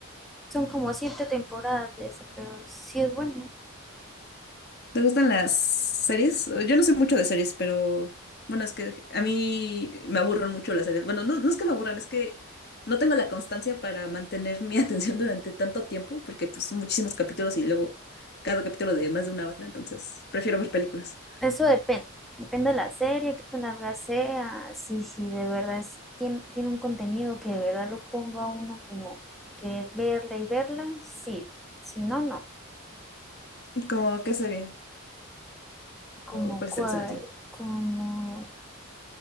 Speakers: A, in the centre; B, on the left (about 50°).
A: Son como siete temporadas de eso, pero sí es bueno.
B: ¿Te gustan las series? Yo no sé mucho de series, pero bueno, es que a mí me aburren mucho las series. Bueno, no, no es que me aburran, es que no tengo la constancia para mantener mi <laughs> atención durante tanto tiempo, porque pues son muchísimos capítulos y luego cada capítulo de más de una hora, entonces prefiero ver películas.
A: Eso depende. Depende de la serie, qué tan larga sea, si, si de verdad es- tiene, tiene un contenido que de verdad lo ponga a uno como a querer verla y verla, sí. Si no, no.
B: ¿Cómo qué serie?
A: Como
B: ¿O cuáles
A: cual,
B: te gustan a ti?
A: como